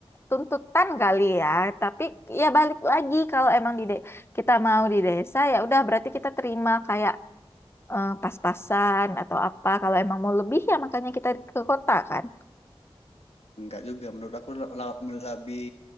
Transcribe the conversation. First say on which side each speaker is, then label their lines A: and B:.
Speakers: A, on the left (about 25°); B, on the left (about 80°).
A: tuntutan kali ya, tapi ya balik lagi kalau emang di de- kita mau di desa ya udah berarti kita terima kayak eh, pas-pasan atau apa. Kalau emang mau lebih ya makanya kita ke kota kan.
B: Enggak juga menurut aku la- la- lebih